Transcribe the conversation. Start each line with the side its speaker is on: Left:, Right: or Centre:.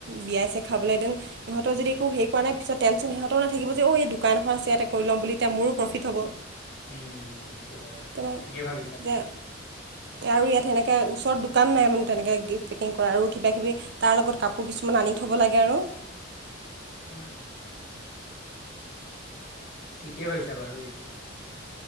Right: বিয়া ছিয়া খাবলৈ‌ ডেন সিহঁতৰ যদি একো হেৰি কৰা নাই পিছত টেনচন সিহঁতৰো নাথাকিব যে অ এই দোকান এখন আছে ইয়াতে কৰি ল'ম বুলি ‌তেতিয়া মোৰো প্ৰফিট হ'ব।
Left: উম, সেইটো হয় বাৰু
Right: তোমাৰ
Left: ঠিকেই ভাবিছা।
Right: এতিয়া আৰু ইয়াত সেনেকা ওচৰত দোকান নাই মানে তেনেকে গিফ্ট পেকিং কৰা আৰু কিবা কিবি তাৰ লগত কাপোৰ কিছুমান আনি থ'ব লাগে আৰু।
Left: উম। ঠিকেই ভাবিছা বাৰু এইবোৰ।